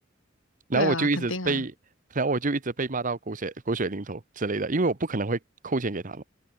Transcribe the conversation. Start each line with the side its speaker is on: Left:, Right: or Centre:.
Right: 然后我就一直被，
Left: 对啊，肯定啊。
Right: 然后我就一直被骂到狗血狗血淋头之类的，因为我不可能会扣钱给他们。